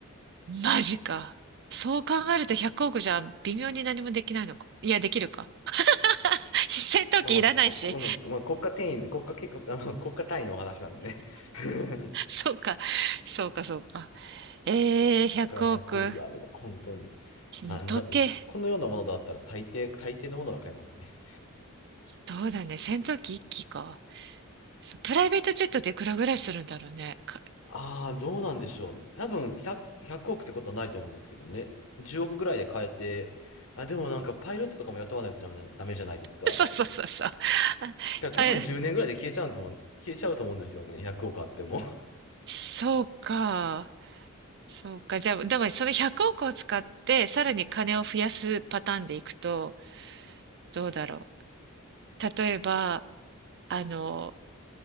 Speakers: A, on the right; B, on the left.
A: マジか。そう考えると100億じゃ微妙に何もできないのか。いや、できるか。<laughs> 戦闘機いらないし。
B: まあまあ、こ、こまあまあ国家転移、国家け、国あの、国家単位のお話なんでね。<laughs>
A: そうか。そうか、そうか。ええー、100億。
B: から100億あれば、本当に。
A: 時計。
B: なんだ、うん。このようなものだったら大抵、大抵のものが買えますね。
A: そうだね。戦闘機一機か。そうプライベートジェットっていくらぐらいするんだろうね。か
B: ああ、どうなんでしょうね。多分100、億ってことはないと思うんですけどね。10億ぐらいで買えて、あ、でもなんかパイロットとかも雇わないとダメ、ダメじゃないですか。
A: <laughs> そうそうそうそう。
B: だか
A: あ、
B: ら多分10年ぐらいで消えちゃうんですもん。
A: あ
B: 消えちゃうと思うんですよね。100億あっても。
A: そうか。そうか。じゃあ、でもその100億を使って、さらに金を増やすパターンでいくと、どうだろう。例えば、あの、